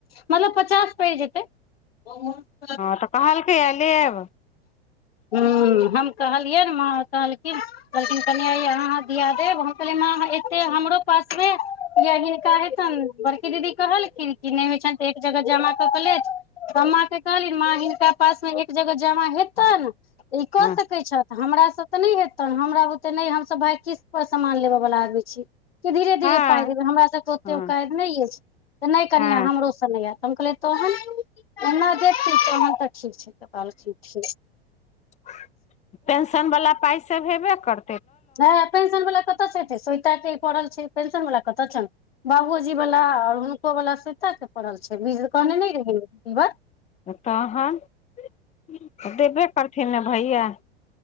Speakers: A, on the left (about 65°); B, on the left (about 20°).
A: मतलब पचास पड़ि जेतै <inaudible>
B: हँ तऽ कहलकैए लेब
A: हु हम कहलियै नऽ माँ कहलखिन कहखिन कनिहाँ दिया देब हम कहलिए एते हमरो पासमे य हिनका हेतैन बड़की दीदी कहलखिन कि नहि होइ छ तऽ एक जगह जमा कऽ कऽ लेत तऽ माँ केँ कहलिन माँ हिनका पास मे एक जगह जमा हेतैन ई क
B: हँ
A: स हमरा से तऽ नहि हेतै हमरा बुते नहि हमसभ भाय किस्त पर सामान लेबे बाला अदमी छी कि धीरे धीरे
B: हँ
A: पाइ देबे हमरा सबकेँ ओते
B: हँ
A: उकायद नहि अछि नहि कनिया
B: हँ
A: हमरो सऽ नै हैते हम कहलिए तोहन एना दै छै तऽ ठीक छै तऽ कहलखिन ठीक
B: <inaudible> पेंशन वाला पाइ सब हेबे कर
A: ह पेंसन बला कतअ से हेतय स्वेता केँ इ पड़ल छै पेन्सन बला कतअ छन बाबूजी वला और हुनको वाला स्वेता परल छै बोस हजार तऽ कहने न रहय ई बात <inaudible>
B: ह तहन <inaudible> देबे करथिन ने भैया